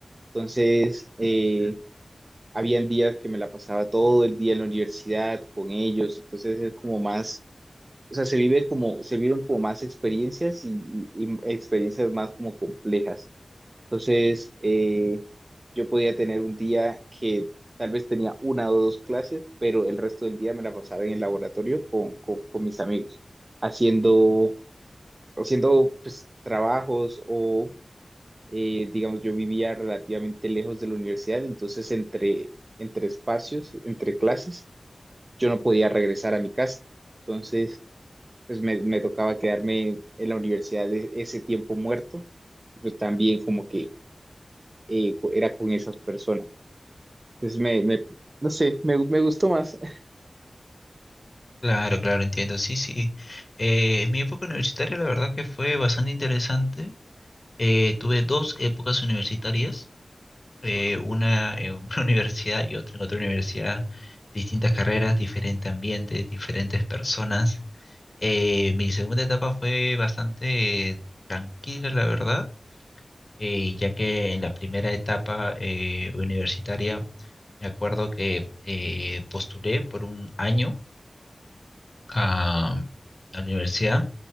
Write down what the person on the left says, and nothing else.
Claro, claro, entiendo. Sí, sí. Eh, mi época universitaria, la verdad que fue bastante interesante. Eh, tuve dos épocas universitarias, eh,
una en una <laughs> universidad y otra en otra universidad, distintas carreras, diferente ambiente, diferentes personas. Eh, mi segunda etapa fue bastante eh, tranquila, la verdad, eh, ya que en la primera etapa eh, universitaria me acuerdo que eh, postulé por un año a, a la universidad.